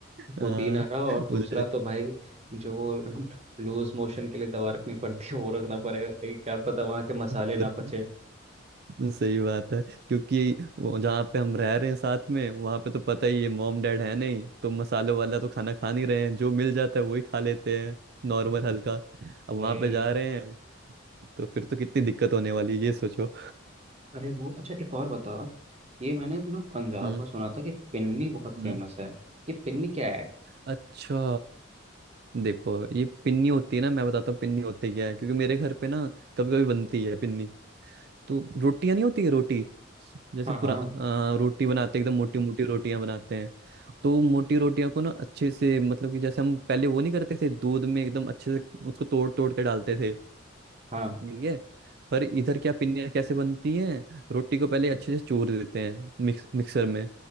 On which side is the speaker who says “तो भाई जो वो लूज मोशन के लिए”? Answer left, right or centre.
Right